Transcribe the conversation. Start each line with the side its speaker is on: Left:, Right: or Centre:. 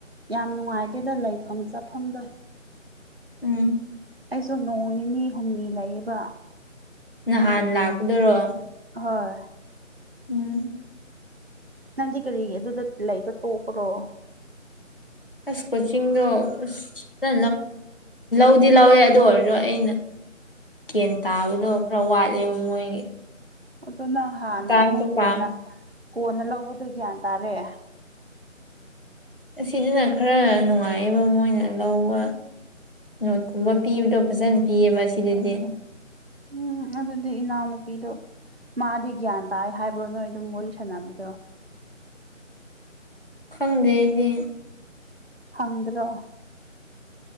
Right: ꯌꯥꯝ ꯅꯨꯡꯉꯥꯏꯇꯦꯗ ꯂꯩꯐꯝ ꯆꯥꯐꯝꯗꯣ
Left: ꯎꯝ
Right: ꯑꯩꯁꯨ ꯅꯣꯡ ꯅꯤꯅꯤ ꯍꯨꯝꯅꯤ ꯂꯩꯌꯦꯕ
Left: ꯅꯍꯥꯟ
Right: ꯑꯗꯨ
Left: ꯂꯥꯛꯄꯗꯨꯔꯣ
Right: ꯍꯣꯏ
Left: ꯎꯝ
Right: ꯅꯪꯗꯤ ꯀꯔꯤꯒꯤ ꯑꯗꯨꯗ ꯂꯩꯕ ꯇꯣꯛꯄꯔꯣ
Left: ꯑꯁ ꯀꯣꯆꯤꯡꯗꯣ ꯑꯁ <unintelligible> ꯗꯤ ꯂꯧꯋꯦ ꯑꯗꯨ ꯑꯣꯏꯔꯖꯨ ꯑꯩꯅ ꯀꯦꯟ ꯇꯥꯕꯗꯣ ꯈꯔ ꯋꯥꯠꯂꯦꯕ ꯃꯣꯏꯒꯤ
Right: ꯑꯗꯨ ꯅꯪ ꯍꯥꯟꯅ
Left: ꯇꯥꯛꯇꯣ
Right: ꯑꯃꯨꯛ ꯀꯣꯟꯅ
Left: ꯄꯥꯝ
Right: ꯀꯣꯟꯅ ꯂꯧꯕꯗꯣ ꯒ꯭ꯌꯥꯟ ꯇꯥꯔꯦ
Left: ꯑꯁꯤꯗꯅ ꯈꯔ ꯅꯨꯡꯉꯥꯏꯌꯦꯕ ꯃꯣꯏꯅ ꯂꯧꯕ ꯅꯣꯠꯀꯨꯝꯕ ꯄꯤꯕꯗꯣ ꯐꯖꯅ ꯄꯤꯌꯦꯕ ꯑꯁꯤꯗꯗꯤ
Right: ꯎꯝ ꯑꯗꯨꯗꯤ ꯏꯅꯥꯎꯅꯨꯄꯤꯗꯣ ꯃꯥꯗꯤ ꯒ꯭ꯌꯥꯟ ꯇꯥꯏ ꯍꯥꯏꯕ꯭ꯔꯣ ꯅꯣꯏ ꯑꯗꯨꯝ ꯋꯥꯔꯤ ꯁꯥꯟꯅꯕꯗꯣ
Left: ꯈꯪꯗꯦ ꯑꯩꯗꯤ
Right: ꯍꯪꯗ꯭ꯔꯣ